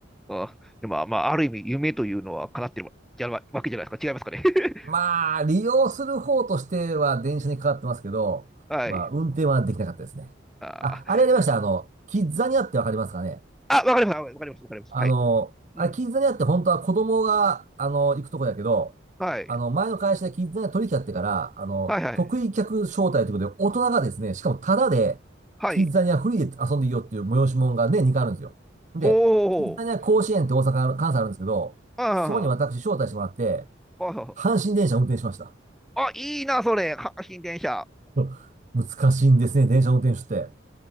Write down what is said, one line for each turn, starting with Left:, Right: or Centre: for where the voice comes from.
Centre: あ、でも、まあ、ある意味、夢というのは叶ってるわじゃわけじゃないですか。違いますかね。<laughs>
Right: まあ、利用する方としては電車にかかってますけど、
Centre: はい。
Right: まあ、運転はできなかったですね。
Centre: あー、
Right: あ、あれやりました。あの、キッザニアってわかりますかね
Centre: あ、わかります。わかります。わかります。
Right: あの、
Centre: はい。
Right: あ、
Centre: うん。
Right: キッザニアって本当は子供が、あの、行くとこやけど、
Centre: はい。
Right: あの、前の会社でキッザニア取引やってから、あの、
Centre: はいはい。
Right: 得意客招待ということで、大人がですね、しかもタダで、
Centre: はい。
Right: キッザニアフリーで遊んでいいよっていう催し物がね、2回あるんですよ。で、
Centre: ほうほう。
Right: キッザニア甲子園って大阪ある、関西あるんですけど、
Centre: あ
Right: そこに私招待してもらって、
Centre: あ、はいはい。
Right: 阪神電車運転しました。
Centre: あ、いいな、それ。阪神電車。
Right: <laughs> 難しいんですね、電車運転手って。